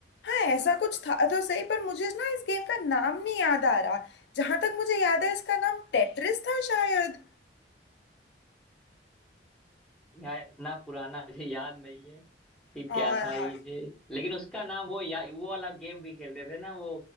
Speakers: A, on the left (about 75°); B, in the centre.
A: हाँ ऐसा कुछ था तो सही पर मुझे ना इस गेम का नाम नहीं याद आ रहा जहां तक मुझे याद है इसका नाम टेट्रिस था शायद
B: यार इतना पुराना मुझे याद नहीं है कि
A: हाँ
B: क्या था ये लेकिन उसका नाम वो या वो वाला गेम भी खेलते थे ना वो